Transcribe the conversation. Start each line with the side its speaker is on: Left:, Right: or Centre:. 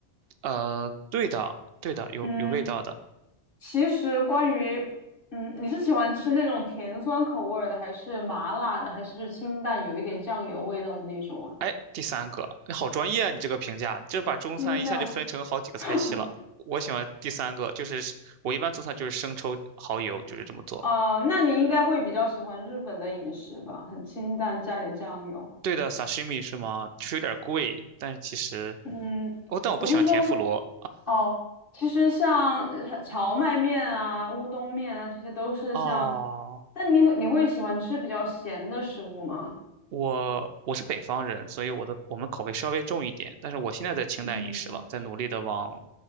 Right: 呃，对的，对的，有有味道的。
Left: 嗯，其实关于，嗯，你是喜欢吃那种甜酸口味儿的，还是麻辣的，还是清淡有一点酱油味道的那种啊？
Right: 哎，第三个，哎好专业啊！你这个评价，你这把中餐一下就分成好几个菜系了。
Left: 清淡，<laughs>
Right: 我喜欢第三个，就是是我一般做菜就是生抽、蚝油，就是这么做。
Left: 哦，那你应该会比较喜欢日本的饮食吧？很清淡，加点酱油。
Right: 对的，sashimi 是吗？就是有点贵，但是其实
Left: 嗯，
Right: 哦，但我不喜欢甜妇罗。
Left: 我是说，哦，其实像呃荞麦面啊、乌冬面啊，这些都是像，
Right: 哦，
Left: 但你你会喜欢吃比较咸的食物吗？
Right: 我我是北方人，所以我的我们口味稍微重一点，但是我现在在清淡饮食了，
Left: 嗯，
Right: 在努力的往